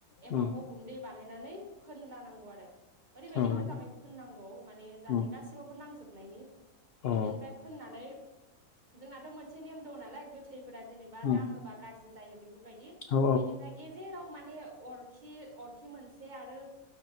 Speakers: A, on the right; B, on the left.
A: एमावखौ
B: उम
A: गुन्दै बानायनानै फोनलानांगौ आरो ओरैबायदि
B: औ
A: मोजाङै फोननांगौ माने जाहाथे
B: उम
A: गासैबावबो नांजोबनायनि
B: अ
A: बेनिफ्राय फोननानै जोंनाथ' मोनसे नेम दं नालाय गोथैफोरा जेनेबा
B: उम
A: दाङोबा गाज्रि जायो बे बेफोरबायदि
B: औ
A: बेनिफ्राय गेजेराव माने अरखि अरखि मोनसे आरो